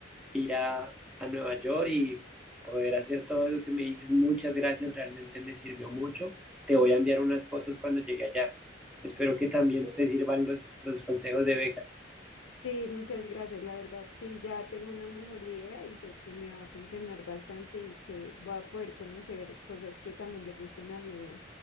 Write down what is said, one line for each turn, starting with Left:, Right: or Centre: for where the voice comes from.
Centre: ir a, a Nueva York y poder hacer todo lo que me dices. Muchas gracias, realmente me sirvió mucho. Te voy a enviar unas fotos cuando llegue allá. Espero que también te sirvan los, los consejos de Vegas.
Left: Sí, muchas gracias. La verdad, sí, ya tengo una mejor idea y sé que me va a funcionar bastante y que va a poder conocer cosas que también le gusten al niño.